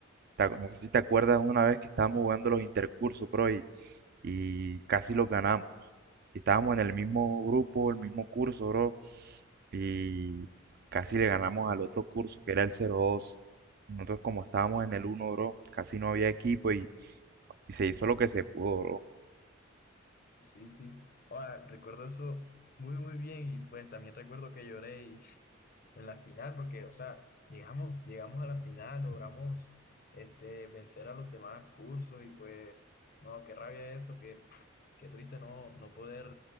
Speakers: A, on the right (about 50°); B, on the left (about 50°).
A: Te ac- No sé si te acuerdas una vez que estábamos jugando los intercursos, bro, y, y casi los ganamos. Y estábamos en el mismo grupo, el mismo curso, bro. y casi le ganamos al otro curso, que era el 02. Nosotros como estábamos en el 1, bro, casi no había equipo y, y se hizo lo que se pudo, bro.
B: Sí, sí. Ahora, recuerdo eso muy, muy bien y pues también recuerdo que lloré y- <laughs> en la final porque, o sea, llegamos, llegamos a la final, logramos este, vencer a los demás cursos y pues, no, qué rabia eso, qué, qué triste no, no poder